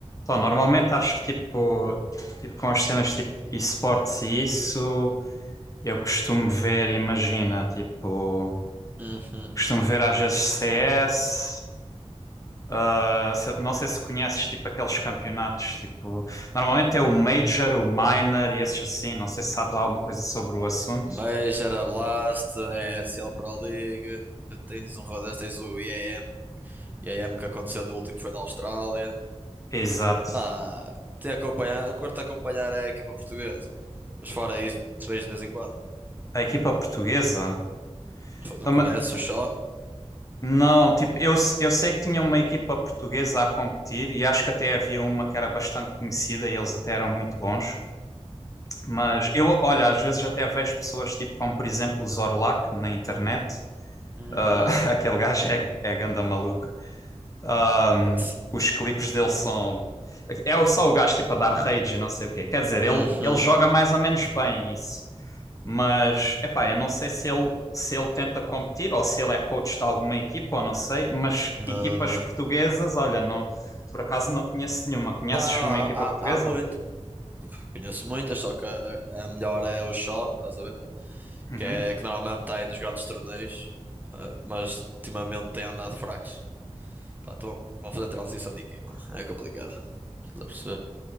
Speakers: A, on the left (about 30°); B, on the right (about 15°).
A: Só, normalmente acho que tipo, tipo com as cenas tipo esportes e isso, eu costumo ver, imagina, tipo,
B: Uhum.
A: costumo ver às vezes CS, ah, se- não sei se conheces tipo aqueles campeonatos, tipo, normalmente é o Major, o Minor e esses assim, não sei se sabes alguma coisa sobre o assunto.
B: Mas era Blast, é ESL Pro League, tens um rodeio, tens o IAM, IAM que aconteceu do último foi na Austrália.
A: Exato.
B: Pá, te acompanhar, eu curto acompanhar é a equipa portuguesa. Mas fora isso, vejo de vez em quando.
A: A equipa portuguesa?
B: Porque
A: Então,
B: Não conheces
A: ma-
B: o Shaw?
A: não, tipo, eu, s- eu sei que tinha uma equipa portuguesa a competir e acho que até havia uma que era bastante conhecida e eles até eram muito bons. Mas eu, olha, às vezes até vejo pessoas tipo como, por exemplo, o Zorlac na internet.
B: Uhum.
A: Ah, <laughs> aquele gajo é, é ganda maluco. Ah,
B: Esse-
A: os clipes dele são. É só o gajo tipo a dar rage e não sei o quê. Quer dizer, ele,
B: Uhum.
A: ele joga mais ou menos bem isso. Mas, epá, eu não sei se ele, se ele tenta competir ou se ele é coach de alguma equipa ou não sei. Mas
B: Não,
A: equipas
B: não.
A: portuguesas, olha, não, por acaso não conheço nenhuma. Conheces
B: Não, há,
A: uma equipa
B: há,
A: portuguesa?
B: há muito. Conheço muitas, só que a, a melhor é o Shaw, estás a ver?
A: Uhum,
B: que é que normalmente está aí nos grandes torneios, ah, mas ultimamente tem andado fracos. Pá, estão a fazer transição de equipa, é complicado. Estás a perceber?